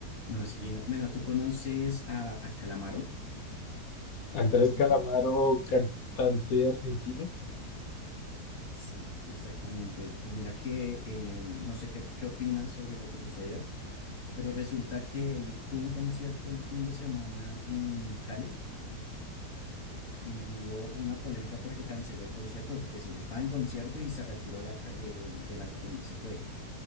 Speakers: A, on the left; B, on the left.
A: No, sí, no. Bueno, ¿tú conoces a, a Calamaro, el
B: Andrés
A: cantante?
B: Calamaro, cantante argentino.
A: Sí, exactamente. Pues mira que eh, no sé qué, qué opinas sobre lo que sucedió, pero resulta que él tuvo un concierto el fin de semana en Cali y hubo una polémica porque canceló el concierto, es decir, estaba en concierto y se retiró de la, ca- de, de la tarima, se fue.